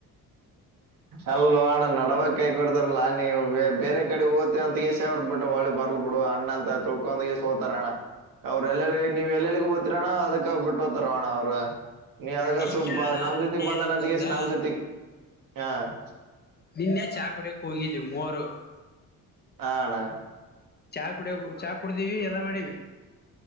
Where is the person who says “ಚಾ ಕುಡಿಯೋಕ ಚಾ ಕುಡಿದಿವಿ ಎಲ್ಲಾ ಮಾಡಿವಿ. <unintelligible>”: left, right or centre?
Left